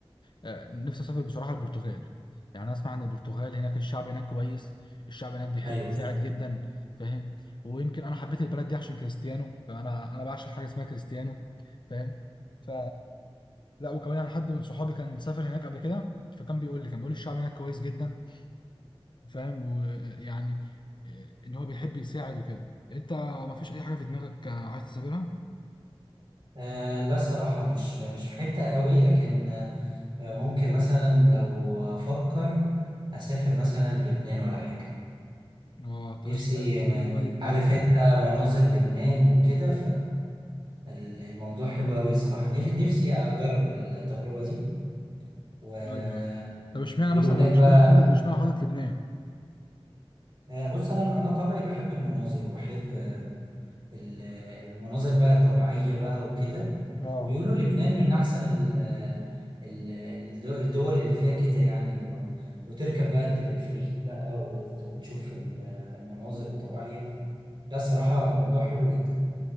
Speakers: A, on the left; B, on the right.
A: آه، نفسي اسافر بصراحه البرتغال يعني أنا اسمع عن البرتغال هناك الشعب هناك كويس الشعب هناك بيحب
B: أيوه
A: يساعد جدا فاهم ويمكن انا حبيت البلد دي عشان كريستيانو فانا انا بعشق حاجه اسمها كريستيانو فاهم ف لا وكمان يعني حد من صحابي كان سافر هناك قبل كده فكان بيقول لي كان بيقول لي الشعب هناك كويس جدا فاهم ويعني آه، ان هو بيحب يساعد وكده انت ما فيش اي حاجه في دماغك آه، عايز تسافرها
B: آه لا صراحة مش مش في حتة قوي لكن آه، ممكن مثلا لو أفكر أسافر مثلا لبنان ولا حاجة
A: اه طب
B: نفسي
A: اشمعنى
B: ما
A: بقى لبنان
B: عارف انت مناظر لبنان وكده فالموضوع حلو قوي صراحة نف- نفسي اجرب التجربة دي وبيقولوا
A: ايوه أيوة. طب اشمعنى مثلا
B: هناك
A: اشمعنى
B: بقى
A: حاطط اشمعنى حاطط لبنان
B: آه، بص انا انا طبعي بحب المناظر وبحب آه، ال- المناظر بقى الطبيعية بقى وكده
A: اه
B: وبيقولوا لبنان من احسن ال- ال- الدو- الدول اللي فيها كده يعني و- وتركب بقى التلفريك بقى وت- وتشوف ال- المناظر الطبيعية لا صراحة موضوع حلو جدا